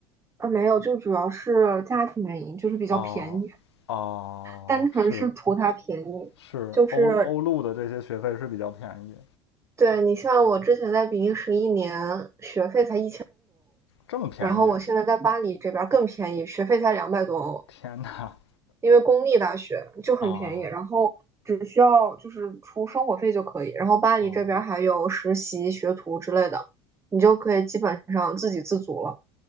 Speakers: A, on the right; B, on the left.
A: 啊，没有，就主要是家庭原因，就是比较便宜，
B: 哦哦，
A: 单纯是图它便宜，
B: 是是，
A: 就是
B: 欧欧陆的这些学费是比较便宜，
A: 对，你像我之前在比利时一年学费才一，
B: 这么便宜，
A: 然后我现在在巴黎这边儿更便宜，学费才两百多欧，
B: 天呐！
A: 因为公立大学就很便宜，
B: 啊
A: 然后只需要就是出生活费就可以。然后巴黎这边儿还有实习、
B: 哦，
A: 学徒之类的，你就可以基本上自给自足了。